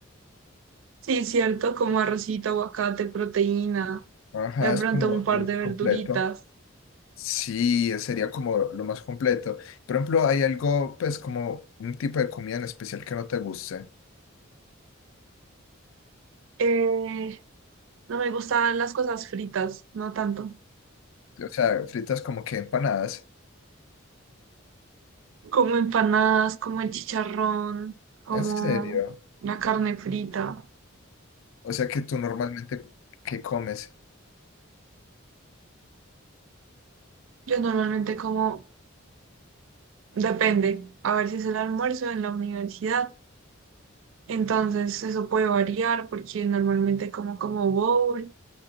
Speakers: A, on the right; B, on the left.
A: Sí, cierto, como arrocito, aguacate, proteína,
B: Ajá,
A: de
B: es
A: pronto
B: como
A: un par
B: lo más
A: de verduritas.
B: completo. Sí, sería como lo más completo. Por ejemplo, ¿hay algo, pues, como un tipo de comida en especial que no te guste?
A: Eh, no me gustan las cosas fritas, no tanto.
B: O sea, fritas como que empanadas.
A: Como empanadas, como el chicharrón, como
B: ¿En serio?
A: la carne frita.
B: O sea que tú normalmente, ¿qué comes?
A: Yo normalmente como, depende, a ver si es el almuerzo en la universidad. Entonces, eso puede variar porque normalmente como como bowl